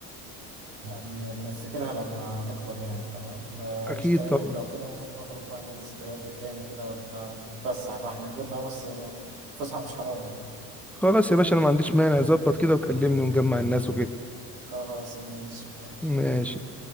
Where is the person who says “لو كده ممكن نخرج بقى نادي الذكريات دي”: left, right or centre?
Right